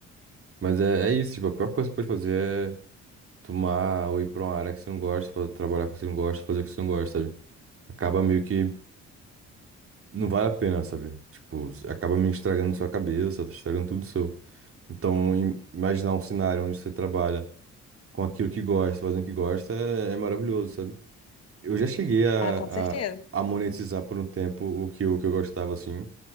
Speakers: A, on the right; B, on the left.
A: Mas é, é isso, tipo, a pior coisa que você pode fazer é tomar ou ir pra uma área que você não gosta, fa- trabalhar com o que você não gosta, fazer o que você não gosta, sabe? Acaba meio que Não vale a pena, sabe? Tipo, acaba me estragando sua cabeça, tá estragando tudo seu. Então, im- imaginar um cenário onde você trabalha com aquilo que gosta, fazendo o que gosta, é, é maravilhoso, sabe? Eu já cheguei a,
B: Ah, com certeza.
A: a, a monetizar por um tempo o que, eu- o que eu gostava, assim.